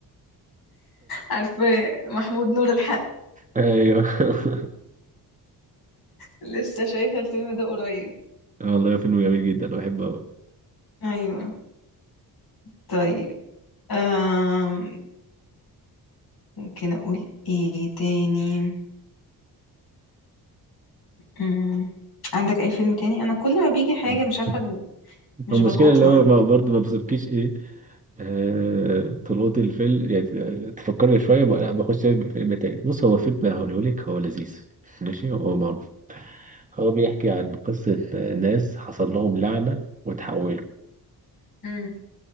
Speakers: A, on the left (about 65°); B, on the right (about 20°).
A: عارفة محمود نور الحق
B: أيوه <laughs>
A: لسه شايفة الفيلم ده قريب
B: والله فيلم جميل جدا أنا بحبه أوي.
A: أيوة طيب أم... ممكن أقول إيه تاني أم... عندك أي فيلم تاني أنا كل ما بيجي حاجة
B: <laughs>
A: مش عارفة مش
B: هو المشكلة
A: بلقطها
B: اللي هو ما- برضه ما بيسيبكيش ايه آه، طلوعات الفيلم يعني آه، تفكرني شوية بقى لا بخش الفيلم تاني بص هو فيلم هقوله لك هو لذيذ ماشي هو معروف هو بيحكي عن قصة آه، ناس حصل لهم لعنة وتحولوا
A: أمم.